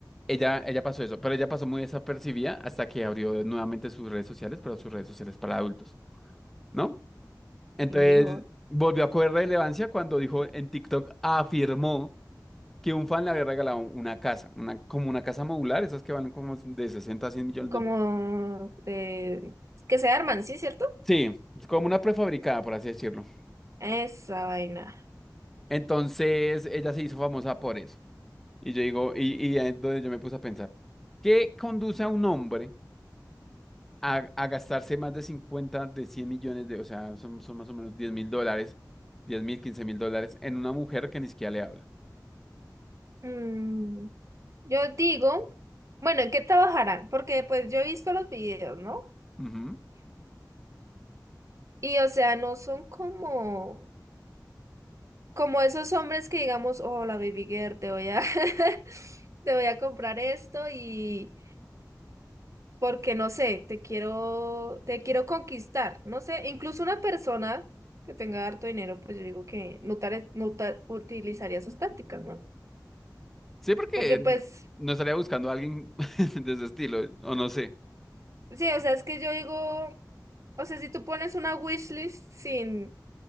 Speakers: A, in the centre; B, on the right (about 45°).
A: ella, ella pasó eso, pero ella pasó muy desapercibida hasta que abrió nuevamente sus redes sociales, pero sus redes sociales para adultos, ¿no? Entonces,
B: Y dijo,
A: volvió a coger relevancia cuando dijo en TikTok, afirmó que un fan le había regalado una casa, una, como una casa modular, esas que van como de 60 a 100 millones
B: como
A: de pesos.
B: de, que se arman, ¿sí, cierto?
A: Sí, como una prefabricada, por así decirlo.
B: Esa vaina.
A: Entonces, ella se hizo famosa por eso. Y yo digo, y, y ahí es donde yo me puse a pensar, ¿qué conduce a un hombre a, a gastarse más de 50 de 100 millones de, o sea, son, son más o menos 10 mil dólares, 10 mil, 15 mil dólares en una mujer que ni siquiera le habla?
B: Mm, yo digo, bueno, ¿en qué trabajarán? Porque pues yo he visto los videos, ¿no?
A: Ujú.
B: Y o sea, no son como, como esos hombres que digamos, hola baby girl, te voy a, <laughs> te voy a comprar esto y porque no sé, te quiero, te quiero conquistar, no sé, incluso una persona que tenga harto dinero, pues yo digo que no, tare- no ta- utilizaría sus tácticas, ¿no?
A: Sí, porque
B: Porque
A: n-
B: pues
A: no estaría buscando a alguien <laughs> de ese estilo, o no sé.
B: Sí, o sea, es que yo digo, o sea, si tú pones una wishlist sin,